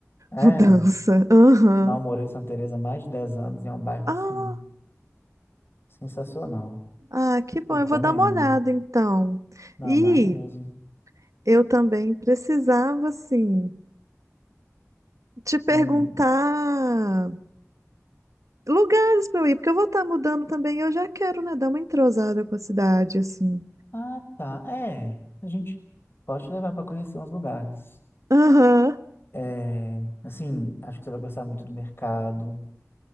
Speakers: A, on the left; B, on the right.
A: É,
B: mudança. Aham.
A: não morei em Santa Teresa mais de 10 anos e é um bairro
B: Ah,
A: assim sensacional.
B: Ah, que bom,
A: Recomendo.
B: eu vou dar uma olhada então.
A: Não
B: E
A: dá mesmo.
B: eu também precisava, assim, te perguntar
A: Hum.
B: lugares para eu ir, porque eu vou estar mudando também, eu já quero, né, dar uma entrosada com a cidade, assim.
A: Ah, tá. É, a gente pode te levar para conhecer uns lugares.
B: Aham.
A: É, assim, acho que você vai gostar muito do mercado.